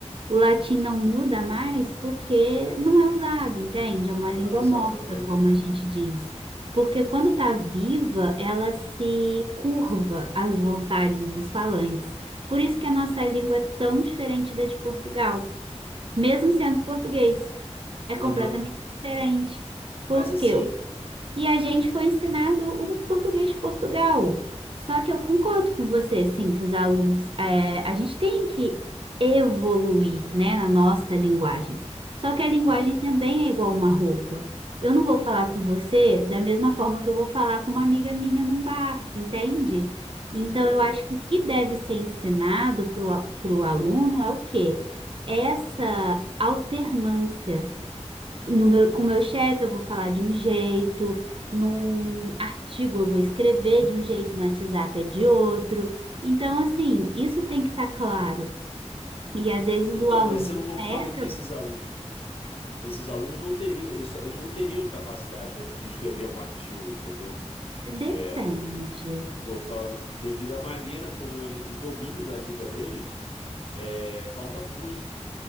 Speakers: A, on the right (about 50°); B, on the left (about 55°).
A: O latim não muda mais porque não é usado, entende? É uma
B: Não
A: língua
B: é usado.
A: morta,
B: Aham.
A: como a gente diz. Porque quando está viva, ela se curva às vontades dos falantes. Por isso que a nossa língua é tão diferente da de Portugal, mesmo sendo português. É completamente
B: Aham.
A: diferente.
B: Mas
A: Porque
B: assim.
A: E a gente foi ensinado o português de Portugal. Só que eu concordo com você, assim, que os alunos, é, a gente tem que evoluir, né, na nossa linguagem. Só
B: Exato.
A: que a linguagem também é igual uma roupa. Eu não vou falar com você da mesma forma que eu vou falar com uma amiga minha num bar, entende? Então,
B: Entendo.
A: eu acho que o que deve ser ensinado para o aluno é o quê? Essa alternância. No meu, com o meu chefe, eu vou falar de um jeito, num artigo, eu vou escrever de um jeito, no WhatsApp é de outro. Então, assim, isso tem que estar claro. E às vezes
B: Então,
A: o aluno
B: mas você não concorda
A: peca,
B: que esses, alu esses alunos não teriam, eles, só, eles não teriam capacidade, por exemplo, de escrever um artigo, entendeu?
A: depende.
B: É, por, por causa, devido à maneira como ele, do domínio da língua deles, é, falta muito.